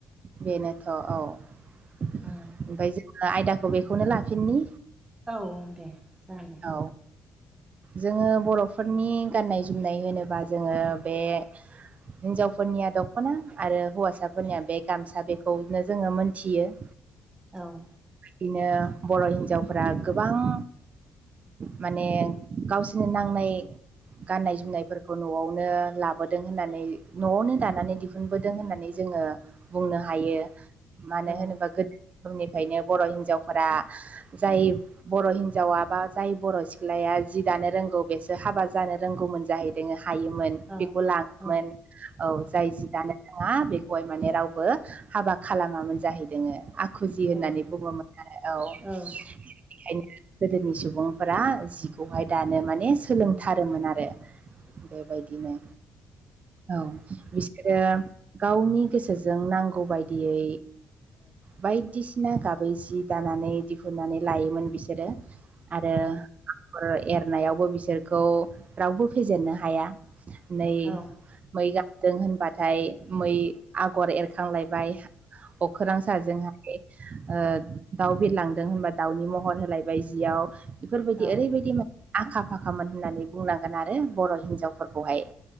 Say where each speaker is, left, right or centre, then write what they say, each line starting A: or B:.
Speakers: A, on the right; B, on the right.
A: बेनोथ' औ ओमफ्राय
B: औ
A: जोङो आयदाखौ बेखौनो लाफिननि
B: औ दे जागोन दे
A: औ जोंङो बर'फोरनि गाननाय जोमनाय होनोबा जोंङो बे हिनजावफोरनिया दख'ना आरो हौवासाफोरनिया बे गामसा बेखौनो जोंङो मोनथियो <inaudible>
B: औ
A: बिदिनो बर' हिन्जावफोरा गोबां माने गावसोरनि नांनाय गाननाय जोमनायफोरखौ न'आवनो लाबोदों होननानै न'आवनो दानानै दिहुन थफुनबोदों होननानै जोंङो बुंनो हायो मानो
B: औ
A: होनोबा गोदो समनिफ्रायनो बर' हिनजावफोरा जाय बर' हिनजाव बा जाय बर' सिख्लाया जि दानो रोंगौ बेसो हाबा जानो रोंगौमोन जाहैदों हायोमोन
B: औ
A: बेखौ लांङोमोन
B: औ
A: औ जाय जि दानो रोंङा बेखौहाय माने रावबो हाबा खालामामोन जाहैयामोन जाहैदों खुजि होननानै
B: औ
A: बुंङोमोन आरो ओंखायनो
B: औ
A: गोदोनि सुबुं सुबुंफोरा जिखौहाय दानो माने सोलोंथारोमोन आरो बेबायदिनो औ बिसोरो गावनि गोसोजों नांगौ बायदियै बायदिसिना गाबै जि दानानै दिहुननानै लायोमोन बिसोरो आरो आगर एरनायावबो बिसोरखौ रावबो फेजेननो हाया नै
B: औ
A: मै गारदों होनबाथाय मै आगर एरखांलायबाय अखोरां साजोंहाय ओ दाउ बिरलांदों होनबा दाउनि महर होलायबाय जियाव बेफोरबायदि
B: औ
A: ओरैबायदि मा आखा फाखामोन होननानै बुंनांगोन आरो बर' हिनजावफोरखौहाय